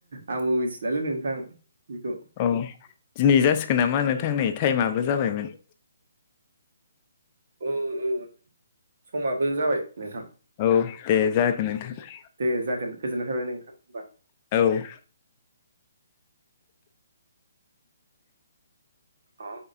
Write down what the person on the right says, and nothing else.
आंबो मिथिलालै नोंथां बेखौ
औ औ समाबो जाबाय नोंथां।
दे जागोन गोजोननाय थाबाय नोंथां ओमबा।
अ